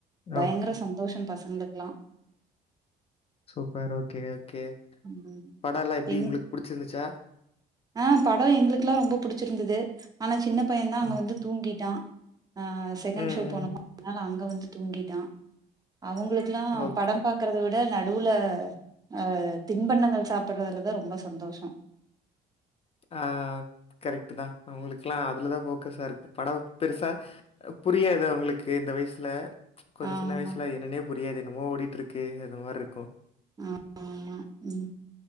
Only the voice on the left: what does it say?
ஓ
சூப்பர் ஓகே ஓகே
படோல்லா எப்டி
உங்களுக்கு புடிச்சிருந்துச்சா
ஓகே.
ம்,
ம்.
ஓகே.
ஆ கரெக்ட்டுதா அவுங்களுக்குலா அதுலதா‌ ஃபோக்கஸா இருக்கு படம் பெருசா புரியாது அவுங்களுக்கு இந்த வயசுல கொஞ்சோ
சின்னவயசுல ‌ என்னன்னே புரியாது என்னமோ ஓடிட்டுருக்கே அது மாறி இருக்கு